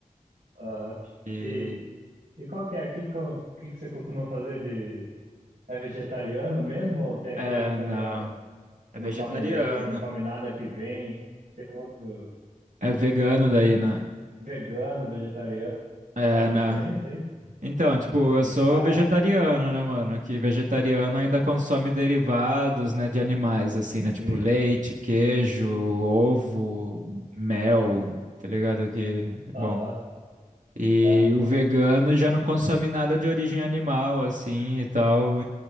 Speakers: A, on the right; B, on the right.
A: Aham.
B: E,
A: E, e qual que é? Que, co- que, que você costuma fazer de... É vegetariano mesmo ou tem aquele
B: é,
A: que também
B: não,
A: é,
B: é
A: não
B: vegetariano,
A: come leite, não come nada que vem? Tem outro
B: é vegano daí, né?
A: vegano, vegetariano,
B: É,
A: sabe a
B: não.
A: diferença aí?
B: Então, tipo,
A: Por explicar,
B: eu sou vegetariano, né, mano, que vegetariano ainda consome derivados, né, de animais, assim, né, tipo
A: sim.
B: leite, queijo, ovo, mel, tá ligado que,
A: Aham.
B: bom... E
A: é.
B: o vegano já não consome nada de origem animal, assim, e tal.